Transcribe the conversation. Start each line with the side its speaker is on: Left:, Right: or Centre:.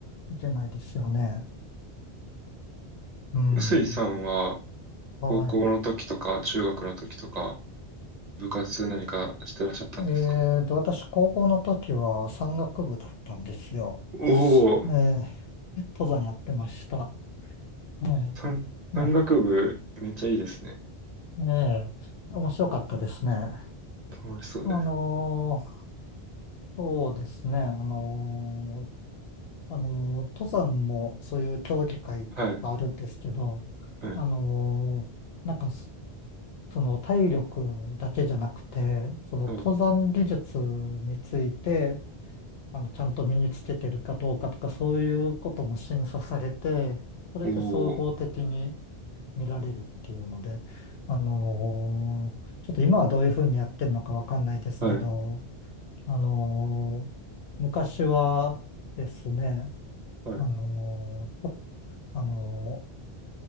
Left: いけないですよね。うん。
Right: 臼井さんは
Left: はい。
Right: 高校の時とか中学の時とか部活何かしてらっしゃったんですか
Left: えーと、私、高校の時は山岳部だったんですよ。
Right: おおー、
Left: ええ登山やってました。ええ
Right: 山、山岳部めっちゃいいですね。
Left: な、ええ面白かったですね。
Right: 楽しそうです。
Left: あのーそうですね。あのーあのー登山もそういう競技会があるんですけど、
Right: はい、はい、
Left: あのーなんかそ、その体力だけじゃなくて、その登山技術について、
Right: はい。
Left: あの、ちゃんと身につけてるかどうかとか、そういうことも審査されて、それで総合的に
Right: おお、
Left: 見られるっていうので、あのーちょっと今はどういうふうにやってるのかわかんないですけど、
Right: はい、
Left: あのー昔はですね、
Right: はい、
Left: あのーとあの